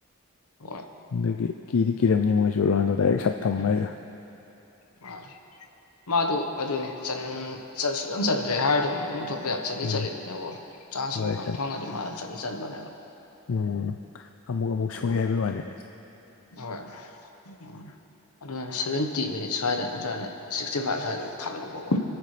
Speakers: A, on the left; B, on the left.
A: ꯍꯣꯏ
B: ꯑꯗꯨꯒꯤ ꯀꯤꯗꯤ ꯀꯤꯔꯝꯅꯤ ꯃꯣꯏꯁꯨ ꯔꯣꯅꯥꯜꯗꯣ ꯗꯥꯏꯔꯦꯛ ꯊꯝꯕ
A: ꯎꯝ
B: ꯍꯥꯏꯗꯣ
A: ꯋꯥ ꯃꯥꯗꯨ ꯑꯗꯨꯅꯦ ꯆꯟ ꯁꯨꯆꯟ ꯆꯟꯗ꯭ꯔꯦ ꯍꯥꯏꯔ ꯑꯗꯨꯝ ꯑꯗꯨꯝ ꯄꯨꯊꯣꯛꯄ ꯌꯥꯕ ꯆꯟꯗꯤ
B: ꯎꯝ
A: ꯆꯟꯂꯤꯕꯅꯤꯅꯀꯣ ꯆꯥꯟꯁꯁꯨ
B: ꯍꯣꯏ
A: ꯎꯝ ꯐꯖꯅ ꯐꯪꯉꯗꯤ ꯃꯥꯅ ꯆꯠꯅꯤ ꯆꯟꯕꯅꯦꯕ
B: ꯎꯝ ꯑꯃꯨꯛ ꯑꯃꯨꯛ ꯁꯣꯛꯑꯦ
A: ꯑꯗꯨ
B: ꯍꯥꯏꯕꯩ ꯋꯥꯅꯤ
A: ꯍꯣꯏ ꯎꯝ ꯑꯗꯨ ꯁꯚꯦꯟꯇꯤ ꯃꯤꯅꯤꯠ ꯁ꯭ꯋꯥꯏꯗ ꯅꯠꯇ꯭ꯔꯒꯅ ꯁꯤꯛꯁꯇꯤ ꯐꯥꯏꯚ ꯁ꯭ꯋꯥꯏꯗ ꯊꯥꯗꯣꯔꯛꯄꯀꯣ